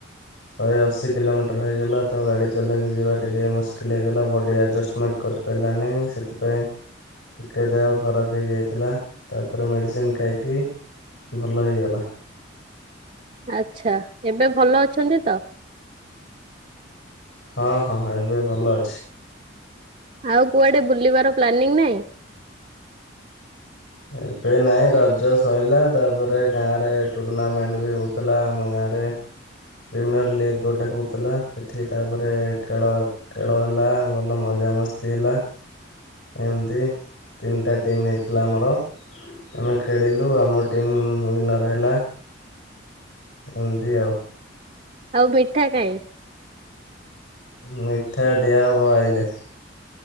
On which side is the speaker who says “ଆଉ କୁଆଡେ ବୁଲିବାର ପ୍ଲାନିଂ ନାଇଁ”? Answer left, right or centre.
Right